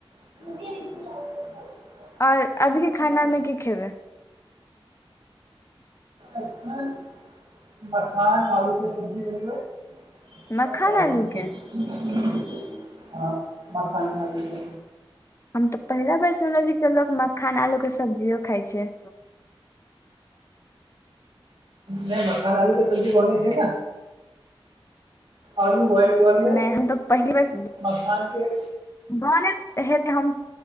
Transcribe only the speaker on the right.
<unintelligible>
एखन मखान आलू के सब्जी बनेबै
और चावल
रोटी
हाँ माखन आलू के
नय मखान आलू के सब्जी बनै छै ने आलू बोइल कऽ लिय
मखान के